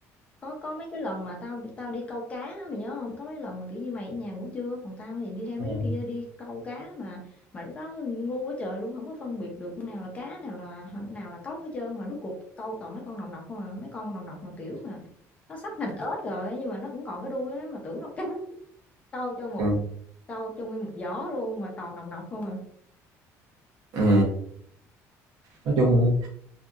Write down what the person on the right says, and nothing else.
Ừ.
Ừ.
Ừ. Nói chung